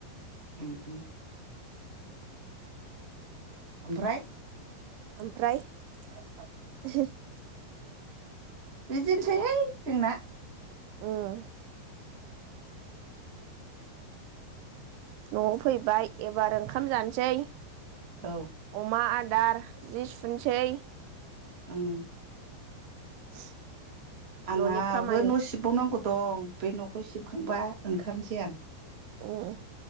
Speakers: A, on the right; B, on the right.
A: ओम ओम ओमफ्राय
B: ओमफ्राय <unintelligible>
A: बिदिनोसैहाय जोंना
B: औ न'आव फैबाय एबार ओंखाम जानोसै
A: औ
B: अमा आ दार जि सुनसै
A: उम
B: <unintelligible>
A: आंहाबो
B: न'नि खामानि
A: न' सिबबावनांगौ दं बे न'खौ सिबखांबा ओंखारनोसै आं
B: उम